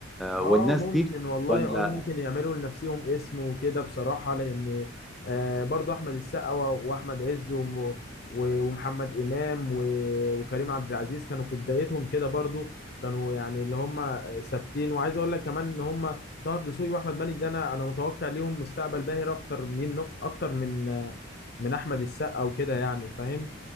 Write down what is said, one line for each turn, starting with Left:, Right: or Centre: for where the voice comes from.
Left: اه
Centre: والناس
Left: ممكن
Centre: دي
Left: والله
Centre: ولا
Left: اه ممكن يعملوا لنفسهم اسم وكده بصراحة لان آه برضو احمد السقا و- واحمد عز وم- و- ومحمد امام و- وكريم عبد العزيز كانوا في بدايتهم كده برضو كانوا يعني اللي هم ثابتين وعايز اقول لك كمان ان هم طه دسوقي واحمد مالك ده انا انا متوقع ليهم مستقبل باهر اكتر من اكتر من آه، من احمد السقا وكده يعني فاهم